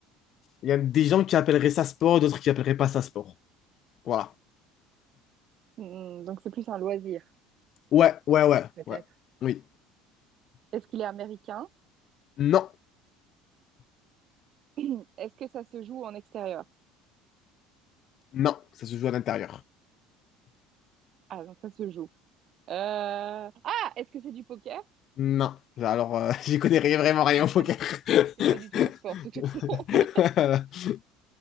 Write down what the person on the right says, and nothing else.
Hmm, donc c'est plus un loisir,
peut-être.
Est-ce qu'il est américain?
<clears throat> Est-ce que ça se joue en extérieur?
Ah, donc ça se joue. Euh, Ah, est-ce que c'est du poker?
Non, c'est
pas du...
c'est pas du tout un sport, <laughs> de toute façon. <laughs>